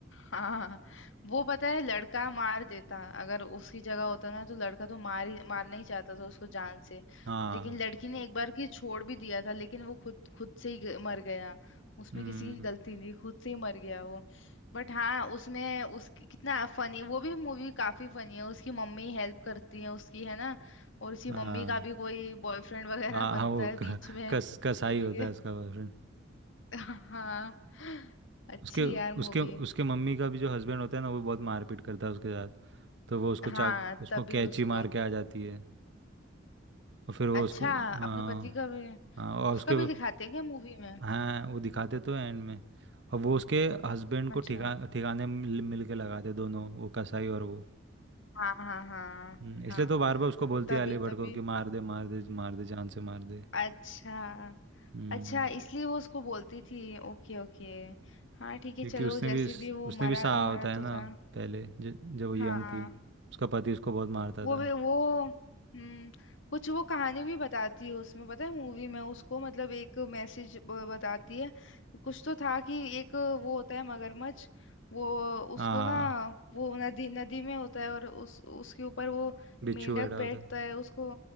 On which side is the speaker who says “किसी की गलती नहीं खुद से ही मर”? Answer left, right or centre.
Left